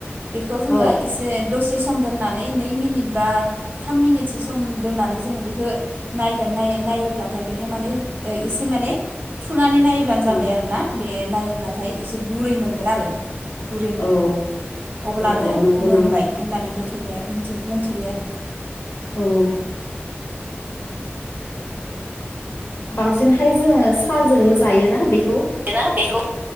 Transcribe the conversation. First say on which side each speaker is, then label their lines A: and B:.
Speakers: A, on the right; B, on the left.
A: बेखौ जोङो
B: औ
A: एसे दसे सम दोननानै नै मिनिट बा थाम मिनिटसो सम दोननानै जोङो बेखो नायगोन नाय नायोब्लाथाय बेहाय मान एसे माने <unintelligible> नायब्लानो जाबाय
B: औ
A: आरोना। बे नायोब्लाथाय एसे गुरै मोनगोन आरो। गुरै मोनगोन
B: औ
A: अब्लानो
B: औ औ नंगौ
A: मोनबाय
B: नामा
A: होननानै <unintelligible> मिथिबाय मिथि मोनथिबाय आरो।
B: औ। बांसिनहाय जोङो साहाजोंनो जायोना बेखौ?
A: ना बेखौ